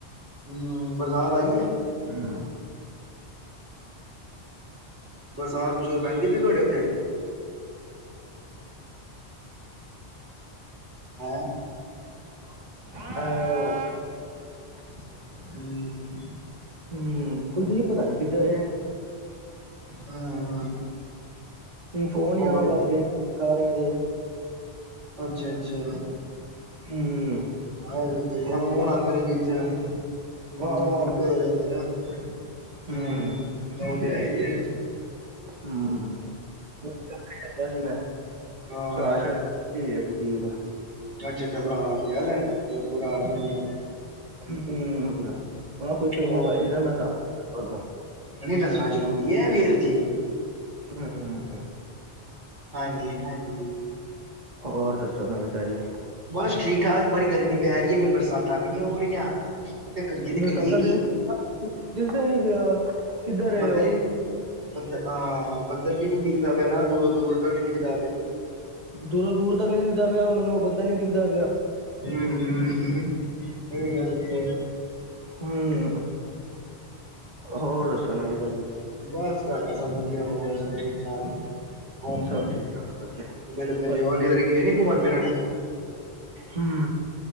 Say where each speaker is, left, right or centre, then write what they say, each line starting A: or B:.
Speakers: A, on the right; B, on the right.
A: ਹਮ ਬਰਸਾਤ ਆਈ ਏ?
B: ਹੂੰ
A: ਬਰਸਾਤ-ਬਰਸੂਤ ਪੈਂਦੀ ਪਈ ਤੁਹਾਡੇ ਉੱਥੇ ਹੈਂਂ
B: <unintelligible>
A: ਹੂੰ।
B: ਹੂੰ ਕੁਲਦੀਪ ਪਤਾ ਨੀ ਕਿੱਧਰ ਰਿਹਾ?
A: ਹਾਂ।
B: ਹੁਣ ਫੋਨ
A: ਹੋਰ
B: ਈ ਆਣ ਹੀ ਲੱਗ ਗਏ ਨ ਸਾਰਿਆਂ ਦੇ।
A: ਅੱਛਾ-ਅੱਛਾ।
B: ਹੂੰ।
A: ਹਾਂਜੀ ਫਿਰ
B: ਹੋਰ
A: ਫੋਨ ਆਂਦੇ ਪਏ ਨੇ ਵਿੱਚ। ਹੂੰ
B: ਹਾਂ,
A: ਦਿੱਕਤ ਹੋ ਜਾਂਦੀ ਨਾ ਹੂੰ
B: ਹੂੰ,
A: ਉਹ ਤੇ ਹੈ ਈ‌ ਏ।
B: ਹਾਂ ਹ ਹ ਗੱਲ ਹੀ ਕਰਦਾ ਸੀ ਮੈਂ
A: ਹਾਂ
B: ਪਰਾ ਸ਼ਾਇਦ ਇੱਥੇ ਹੀ ਪਰਦੀਪ
A: ਚਾਚੇ ਦਾ ਪਰਾ ਗਿਆ ਦਾ ਉਹ ਪਰਾ ਨੂੰ ਮਿਲਣ
B: ਹੂੰ ਉਹ ਕੋਈ ਪੇਮੈਂਟ
A: ਉਹ
B: ਹੋਏਗੀ ਨਾ ਮੈ ਦੱਸ ਦਾਂਗਾ ਤਾਨੂੰ-
A: ਨਹੀਂ ਦੱਸਣਾ ਜ਼ਰੂਰੀ ੲੈ ਵੀਰ ਜੀ।
B: ਹੂੰ-ਹੂੰ
A: ਹਾਂਜੀ-ਹਾਂਜੀ।
B: ਹੋਰ ਦੱਸੋ ਨਵੀਂ ਤਾਜੀ।
A: ਬਸ ਠੀਕ-ਠਾਕ ਬੜੀ ਗਰਮੀ ਪੈ ਰਹੀ ਏ ਕੋਈ ਬਰਸਾਤਾਂ ਵੀ ਨਹੀਂ ਹੋ ਰਹੀਆਂ ਤੇ
B: <unintelligible>
A: ਕਰੀਏ ਤੇ ਕਰੀਏ ਕੀ ਬੱਦਲੀ
B: ਓ?
A: ਬ ਹਾਂ ਬੱਦਲ ਵੀ ਨੀ ਦਿਖਦਾ ਪਿਆ ਨਾ ਦੂਰੋ-ਦੂਰ ਤਕ ਨੀ ਦਿਖਦਾ ਪਿਆ-
B: ਦੂਰੋਂ ਦੂਰ ਤੱਕ ਨਹੀਂ ਦਿਖਦਾ ਪਿਆ ਮੈਨੂੰ ਉਹ ਬੰਦਾ ਨੀ ਦਿਖਦਾ ਪਿਆ
A: ਹੂੰ-ਹੂੰ ਸਈ ਗੱਲ ਦੀ ਐ।
B: ਹੂੰ ਹੋਰ ਦੱਸੋ ਨਵੀ ਤਾਜੀ-
A: ਬਸ ਘਰ ਸਭ ਵਧੀਆ ਹੋਰ ਸਭ ਠੀਕ-ਠਾਕ ਹੋਰ
B: ਸਭ ਠੀਕ ਠਾਕ ਵਧੀਆ
A: ਕਿਧੱਰੇ
B: ਫਸ
A: ਗਏ ਨੀ ਘੁੰਮਣ-ਫਿਰਨ।
B: ਹੂੰ